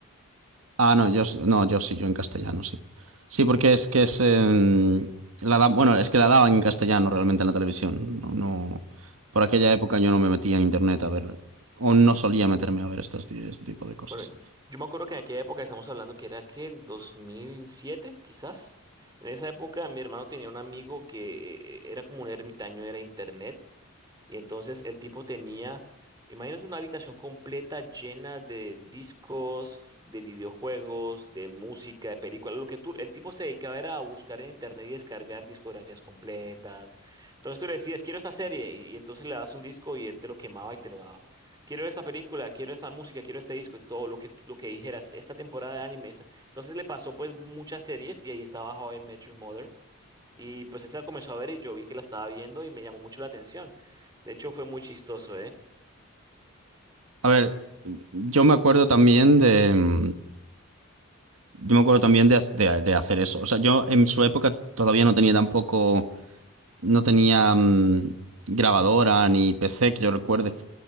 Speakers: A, on the right; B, on the right.
A: Ah, no, yo sí- no, yo sí, yo en castellano sí. Sí, porque es que es em, la da- bueno, es que la daban en castellano realmente en la televisión. No, no, por aquella época yo no me metía en internet a ver, o no solía meterme a ver estas, este tipo de cosas.
B: Bueno, yo me acuerdo que en aquella época estamos hablando que era que el 2007 quizás. En esa época mi hermano tenía un amigo que eh, eh, era como un ermitaño, era internet. Y entonces el tipo tenía, imagínate una habitación completa llena de discos, de videojuegos, de música, de películas. Lo que tú, el tipo se dedicaba era a buscar en internet y descargar discografías completas. Entonces tú le decías, quiero esta serie, y, y entonces le das un disco y él te lo quemaba y te lo daba. Quiero esta película, quiero esta música, quiero este disco, y todo lo que, lo que dijeras, esta temporada de anime. esta- Entonces le pasó pues muchas series y ahí estaba How I Met Your Mother y pues él se la comenzó a ver y yo vi que la estaba viendo y me llamó mucho la atención. De hecho, fue muy chistoso, ¿eh?
A: A ver, yo me acuerdo también de, em, Yo me acuerdo también de, de- de hacer eso. O sea, yo en su época todavía no tenía tampoco, no tenía mm, grabadora ni PC que yo recuerde,